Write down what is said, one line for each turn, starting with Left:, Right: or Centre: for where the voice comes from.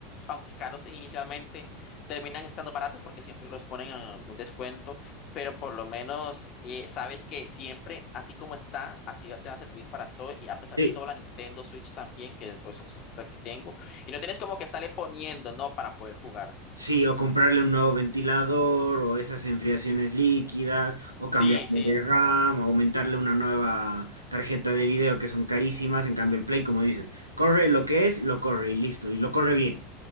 Left: aunque caros inicialmente, terminan estando baratos porque siempre los ponen en algún descuento, pero por lo menos eh, sabes que siempre, así como está, así va- te va a servir para todo, y a pesar
Right: sí,
Left: de todo, la Nintendo Switch también, que pues, es otra que tengo y no tienes como que estarle poniendo, ¿no? Para poder jugar.
Right: sí, o comprarle un nuevo ventilador o esas enfriaciones líquidas o cambiarle
Left: Sí, sí,
Right: de RAM o aumentarle una nueva tarjeta de video que son carísimas. En cambio el Play, como dices, corre lo que es, lo corre y listo. Y lo corre bien.